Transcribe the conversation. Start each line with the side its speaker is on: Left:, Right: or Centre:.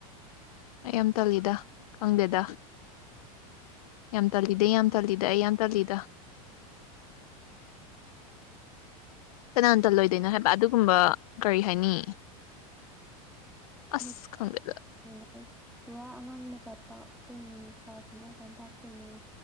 Left: ꯑꯩ ꯌꯥꯝ ꯇꯜꯂꯤꯗ ꯈꯪꯗꯦꯗ꯫
Centre: ꯈꯪꯗꯦꯗ꯫
Left: ꯌꯥꯝ ꯇꯜꯂꯤꯗ ꯌꯥꯝ ꯇꯜꯂꯤꯗ ꯑꯩ ꯌꯥꯝ ꯇꯜꯂꯤꯗ꯫ ꯀꯅꯥ ꯇꯜꯂꯣꯏꯗꯣꯏꯅꯣ ꯍꯥꯏꯕ ꯑꯗꯨꯒꯨꯝꯕ ꯀꯔꯤ ꯍꯥꯏꯅꯤ꯫ ꯑꯁ
Centre: ꯍꯣꯏ
Left: ꯈꯪꯗꯦꯗꯥ꯫
Centre: <unintelligible> ꯄꯨꯔꯥ ꯑꯉꯥꯡ ꯃꯆꯥ ꯇꯥꯛꯇꯣꯏꯅꯦ ꯀ꯭ꯂꯥꯁ ꯑꯃ ꯁꯨꯃꯥꯏ ꯇꯥꯛꯇꯣꯏꯅꯦ꯫